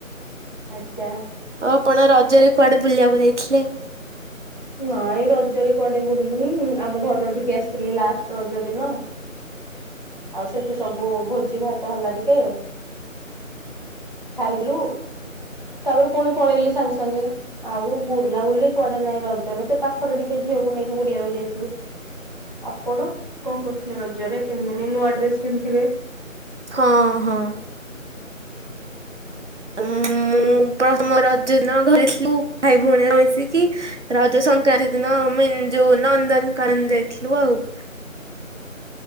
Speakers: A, on the left; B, on the right.
A: ଆଜ୍ଞା।
B: ଆଉ ଆପଣ ରଜରେ କୁଆଡେ ବୁଲିବାକୁ ଯାଇଥିଲେ।
A: ନାଇଁ ରଜରେ କୁଆଡେ ବୁଲିନି ଆମ ଘରଠିକି ଆସିଥିଲି ଲାଷ୍ଟ ରଜ ଦିନ।
B: <inaudible>
A: ଆଉ ସେଠି ସବୁ ଭୋଜିଭାତ ହେଲା ଟିକେ। ଖାଇଲୁ। ତାପରେ ପୁଣି ପଳେଇଲି ସାଙ୍ଗେ ସାଙ୍ଗେ ଆଉ ବୁଲାବୁଲି କୁଆଡେ ନାଇଁ ରଜ ସେ ପାଖରେ ଟିକେ ଝିଅକୁ ନେଇକି ବୁଲିବାକୁ ଯାଇଥିଲୁ ଆପଣ କଣ କରୁଥିଲେ ରଜରେ ତିନିଦିନି ନୂଆଡ୍ରେସ ପିନ୍ଧିଥିବେ?
B: ହଁ ହଁ। ମୁଁ ପ୍ରଥମ ରଜଦିନ ଘରେ ଥିଲୁ ଭାଇ ଭଉଣୀ ମିଶିକି ରଜ ସଂକ୍ରାନ୍ତି ଦିନ ଆମେ ଯୋଉ ନନ୍ଦନକାନନ ଯାଇଥିଲୁ ଆଉ।